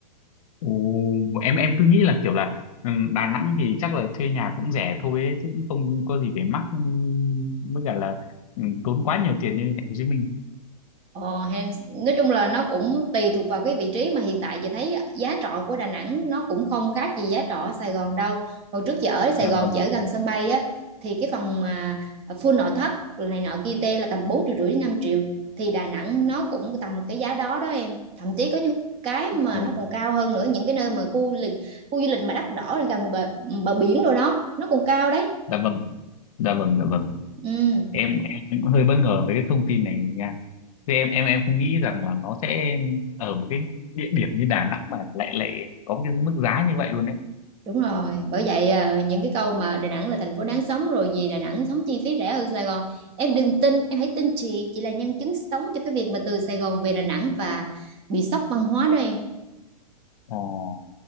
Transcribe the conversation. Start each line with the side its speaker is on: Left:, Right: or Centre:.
Left: Ồ, em em cứ nghĩ là kiểu là ừm, Đà Nẵng thì chắc là thuê nhà cũng rẻ thôi ấy, chứ cũng không có gì phải mắc ừm, với cả là ừm, tốn quá nhiều tiền như thành phố Hồ Chí Minh
Right: Ờ, hèn- nói chung là nó cũng tùy thuộc vào cái vị trí mà hiện tại chị thấy giá trọ của Đà Nẵng nó cũng không khác gì giá trọ ở Sài Gòn đâu. Hồi trước chị ở Sài
Left: dạ
Right: Gòn
Left: vâng
Right: chị ở gần sân bay á thì cái phòng mà full nội thất này nọ kia tê là tầm 4 triệu rưỡi đến 5 triệu thì Đà Nẵng nó cũng tầm cái giá đó đó em. Thậm chí có những cái mà
Left: Ồ,
Right: nó còn cao hơn nữa những cái nơi mà khu lịch khu du lịch mà đắt đỏ gần bờ, bờ biển rồi đó nó còn cao đấy.
Left: dạ vâng dạ vâng dạ vâng
Right: Ừ.
Left: em em cũng hơi bất ngờ với cái thông tin này nha Thế em em em không nghĩ rằng là nó sẽ ở một cái địa điểm như Đà Nẵng mà lại lại có cái mức giá như vậy luôn đấy
Right: Đúng rồi, bởi vậy à, những cái câu mà Đà Nẵng là thành phố đáng sống rồi gì Đà Nẵng sống chi phí rẻ hơn Sài Gòn. Em đừng tin, em hãy tin chị, chị là nhân chứng sống cho cái việc mà từ Sài Gòn về Đà Nẵng và bị sốc văn hóa đó em.
Left: Ồ